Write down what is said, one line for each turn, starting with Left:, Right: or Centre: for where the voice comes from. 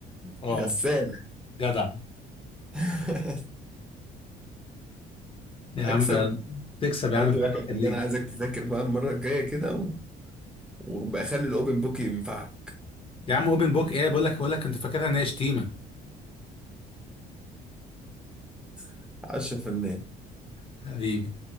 Left: اه
Centre: غسالة
Left: جدع
Centre: <laughs>
Left: يا
Centre: اكسب
Left: عم تكسب يا
Centre: هارد
Left: عم فرق
Centre: لك يا فنان
Left: ليه
Centre: عايزك تذاكر بقى المره الجايه كده وبخلي الاوبن بوك ينفعك
Left: يا عم اوبن بوك ايه بقول لك بقول لك كنت فاكرها ان هي شتيمه
Centre: <laughs> 10%
Left: حبيبي